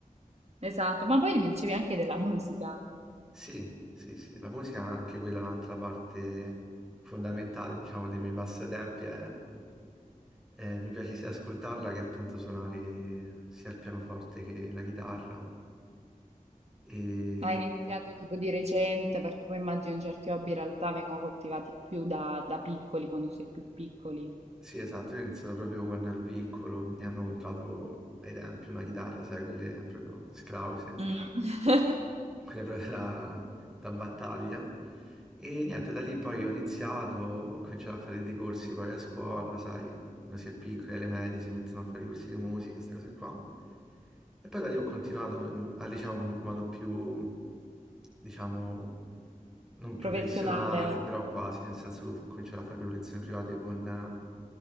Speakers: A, on the right; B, in the centre.
A: Esatto, ma poi mi dicevi anche della musica.
B: Sì, sì, sì, la musica è anche quella un'altra parte fondamentale, diciamo, dei miei passatempi. è- eh, mi piace sia ascoltarla che appunto suonare sia il pianoforte che la chitarra. E
A: Ma hai iniziato tipo di recente, perché poi immagino certi hobby in realtà vengono coltivati più da, da piccoli, quando sei più piccoli.
B: Sì, esatto, io ho iniziato proprio quando ero piccolo, mi hanno comprato ai tempi una chitarra, sai, quelle proprio scrause,
A: Mm.
B: quelle proprio da, da battaglia. E niente, da lì poi ho iniziato, ho cominciato a fare dei corsi poi a scuola, sai, quando si è piccoli, alle medie si mettono a fare i corsi di musica, queste cose qua. E poi da lì ho continuato eh, al liceo in modo più, diciamo, non professionale,
A: Professionale.
B: però quasi, nel senso che ho cominciato a fare le lezioni private con